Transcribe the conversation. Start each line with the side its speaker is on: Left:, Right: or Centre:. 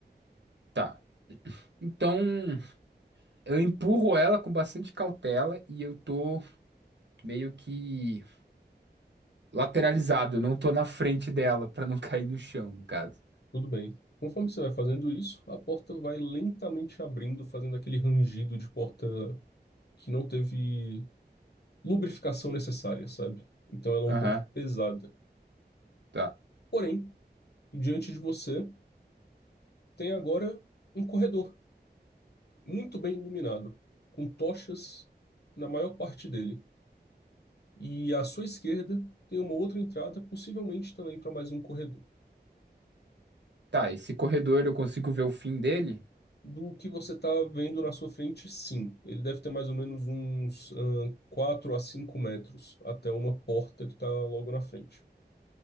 Right: Tá. Então, eu empurro ela com bastante cautela e eu tô meio que lateralizado, eu não tô na frente dela pra não <laughs> cair no chão, no caso.
Left: Tudo bem. Conforme você vai fazendo isso, a porta vai lentamente abrindo, fazendo aquele rangido de porta que não teve lubrificação necessária, sabe? Então ela é
Right: Aham,
Left: um pouco pesada.
Right: tá.
Left: Porém, diante de você tem agora um corredor muito bem iluminado, com tochas na maior parte dele. E à sua esquerda tem uma outra entrada, possivelmente também para mais um corredor.
Right: Tá, esse corredor eu consigo ver o fim dele?
Left: Do que você está vendo na sua frente, sim. Ele deve ter mais ou menos uns ah, 4 a 5 metros até uma porta que está logo na frente.